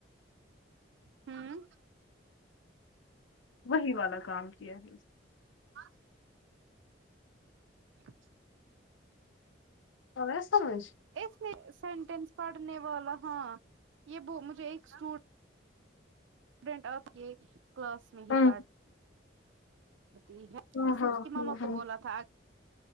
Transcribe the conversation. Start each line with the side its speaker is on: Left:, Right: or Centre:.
Right: ہوں
Left: وہی والا کام کیا ہے
Right: آ بچ
Left: آیا سمجھ
Right: اس لیے سینٹینس پڑھنے والا ہاں یہ بو مجھے ایک اسٹو ڈینٹ آپ کے کلاس میں ہی
Left: ہوں
Right: پڑھ ٹی ہے
Left: ہاں
Right: اس
Left: ہاں
Right: نے اس کے
Left: ہاں
Right: مما کو
Left: ہاں
Right: بولا تھا